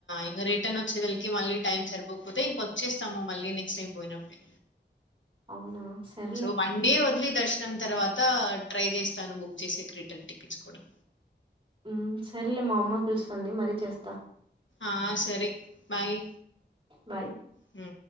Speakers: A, on the left; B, on the right.
A: ఇంకా రిటర్న్ వచ్చేదలకి మళ్ళీ టైం సరిపోకపోతే ఇంక వచ్చేస్తాము, మళ్ళీ నెక్స్ట్ టైం పోయినప్పుడే
B: అవునా సర్లే
A: సో వన్ డే ఓదిలీ దర్శనం తర్వాత ట్రై చేస్తాను బుక్ చేసే రిటర్న్ టికెట్స్ కూడా
B: ఉ సరేలే మా అమ్మ పిలుస్తుంది మరీ చేస్తా
A: ఆ సరే బాయ్
B: బాయ్
A: హ